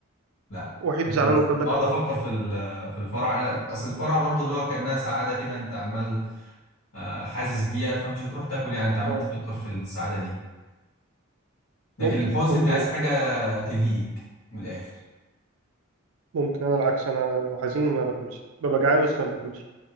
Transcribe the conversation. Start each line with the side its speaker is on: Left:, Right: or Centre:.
Left: لا
Right: وحيد
Left: ما اكلش
Right: زعلان وكل
Left: بقعد
Right: ده كربات
Left: افكر في ال- في الفرح انا اصل الفرح برضه اللي هو كانها سعاده كده انت عمال آه، حاسس بيها فمش هتروح تاكل يعني انت عمال
Right: اه
Left: تفكر في السعاده دي لكن
Right: ممكن
Left: الحزن
Right: ممكن
Left: انت عايز
Right: نظر
Left: حاجه تلهيك من الاخر
Right: ممكن انا العكس انا لو حزين ما باكلش ببقى جعان بس ما باكلش